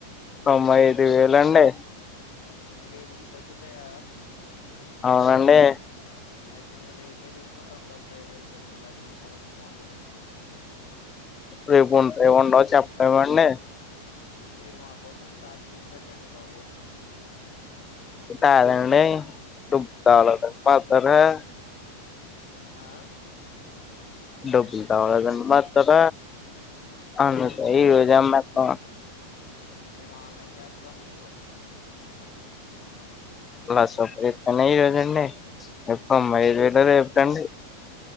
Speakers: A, on the left; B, on the left.
A: తొంభై ఐదు వేల అండి
B: రేపుటికి తగ్గుతాయా
A: అవునండి
B: అయితే మేము రేపే తీసుకుంట తొంబై అయిదు వేలు పెట్టి లక్ష రూపాయలు వద్దు మాకు
A: రేపు ఉంటాయి ఉండవు చెప్పలేమండి
B: మీరు మా కోసం స్టాక్ తీసి పెెట్టండి బాబో
A: తాాలండి డబ్బ తాల
B: ఉమ్
A: పాతారు <inaudible>
B: ఆ
A: డబ్బులుతో అవలేదండి మాత్రార అన్నట్టు
B: డబ్బులు
A: ఈరోజే
B: కావాలంటే
A: అమ్మేతమ
B: మేము ఆన్లైన్ చేస్తాం మీకు
A: అలాస్పయతనే ఈ రోజండి తొడైదువేలు వేల రేపుటండి